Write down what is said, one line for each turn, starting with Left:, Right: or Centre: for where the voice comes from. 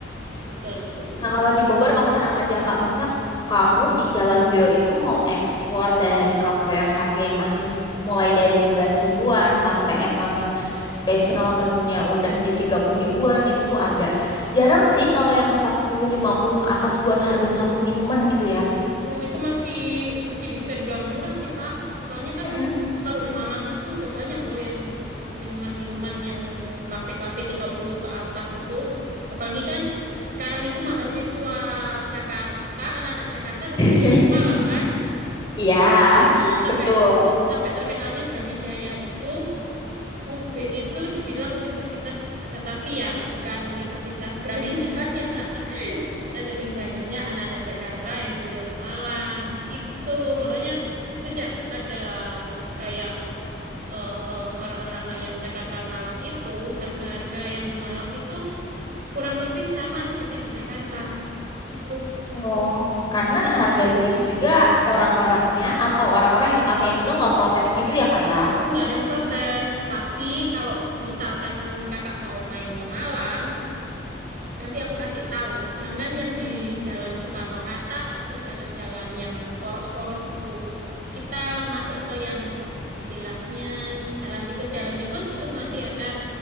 Right: Betul itu.
Left: Nah, kalau di Bogor kamu tenang aja, Kak. Maksudnya kamu di Jalan Beo itu mau explore dari kafe yang harganya masih mulai dari 16 ribuan sampai
Right: Mm.
Left: emang yang spesial menunya udah di 30 ribuan itu tuh ada. Jarang sih kalau yang empat puluh lima puluh ke atas buat harga satu minuman gitu ya.
Right: Oh, itu masih masih di- bisa dibilang murah sih, Kak. Soalnya kan
Left: Mm-mm.
Right: kalau di Malang itu udah banyak loh yang minuman-minuman yang kafe-kafe 30 ke atas itu. Apalagi kan sekarang itu mahasiswa Jakarta, anak-anak Jakarta pada
Left: <laughs>
Right: kuliah di Malang kan.
Left: Iya, <laughs>
Right: Nah, sampai
Left: betul.
Right: sampai terkenalnya Brawijaya itu UB itu dibilang Universitas Batavia, bukan Universitas Brawijaya. <laughs> Karena saking banyaknya anak-anak Jakarta yang kuliah di Malang, gitu. Makanya sejak ada kayak eh, orang anak-anak yang Jakarta Malang itu, harga-harga yang di Malang itu kurang lebih sama seperti yang di Jakarta, gitu.
Left: Oh, karena harga segitu juga orang-orangnya atau orang-orang yang ke kafenya juga nggak protes gitu ya, Kak
Right: Hmm,
Left: ya?
Right: nggak ada yang protes. Tapi kalau misalkan kakak mau main ke Malang, Nanti aku kasih tahu. Jangan yang di Jalan Soekarno-Hatta ataupun jalan-jalan yang poros-poros itu. Kita masuk ke yang istilahnya jalan tikus, jalan tikus itu masih ada